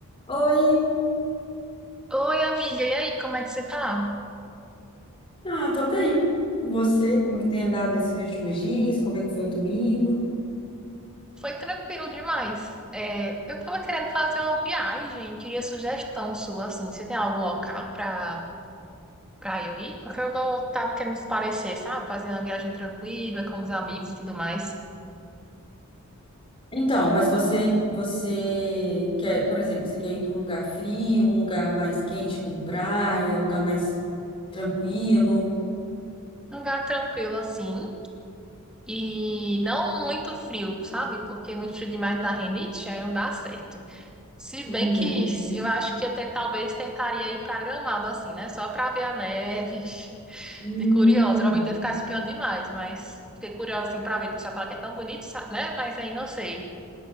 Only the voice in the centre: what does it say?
Oi, amiga, e aí, como é que você tá?
Foi tranquilo demais. É, eu tava querendo fazer uma viagem, queria sugestão sua, assim, você tem algum local pra, pra eu ir? Porque eu não tava querendo esparecer, sabe? Fazer uma viagem tranquila, com os amigos e tudo mais.
Um lugar tranquilo, assim, e não muito frio, sabe? Porque é muito frio demais dá renite, aí não dá certo. Se bem
que eu acho que eu ten- talvez tentaria ir pra Gramado, assim, né? Só pra ver a neve.
de curiosa. Geralmente eu ficava espiando demais, mas fiquei curiosa assim pra ver, porque o pessoal fala que é tão bonito, sa- né? Mas aí não sei.